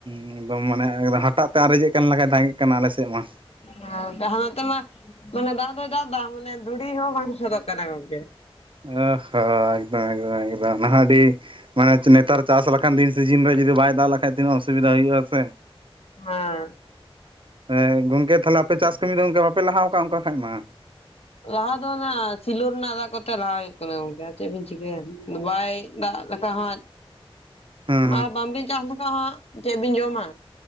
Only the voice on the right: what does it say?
ᱩᱸ ᱮᱠᱫᱚᱢ ᱢᱟᱱᱮ ᱮᱠᱫᱚᱢ ᱦᱟᱴᱟᱜ ᱛᱮ ᱟᱨᱮᱡᱮᱫ ᱠᱟᱱ ᱞᱮᱠᱷᱟᱡ ᱫᱟᱸᱜ ᱠᱟᱱᱟ ᱟᱞᱮ ᱥᱮᱫ ᱢᱟ᱾
ᱚ ᱦᱚᱸ ᱮᱠᱫᱚᱢ ᱮᱠᱫᱚᱢ ᱮᱠᱫᱚᱢ ᱱᱟᱦᱟᱜ ᱟᱹᱰᱤ ᱢᱟᱱᱮ ᱱᱮᱛᱟᱨ ᱪᱟᱥ ᱞᱮᱠᱟᱱ ᱫᱤᱱ ᱥᱤᱡᱤᱱ ᱨᱮ ᱡᱩᱫᱤ ᱵᱟᱭ ᱫᱟᱜ ᱞᱮᱠᱷᱟᱱ ᱛᱤᱱᱟᱹᱜ ᱚᱥᱩᱵᱤᱫᱟ ᱦᱩᱭᱩᱜᱼᱟ ᱥᱮ᱾
ᱦᱮᱸ ᱜᱚᱝᱠᱮ ᱛᱟᱦᱚᱞᱮ ᱟᱯᱮ ᱪᱟᱥ ᱠᱟᱹᱢᱤ ᱫᱚᱠ ᱵᱟᱯᱮ ᱞᱟᱦᱟ ᱠᱟᱜ ᱚᱱᱠᱟ ᱠᱷᱟᱡ ᱢᱟ?
ᱦᱮᱸ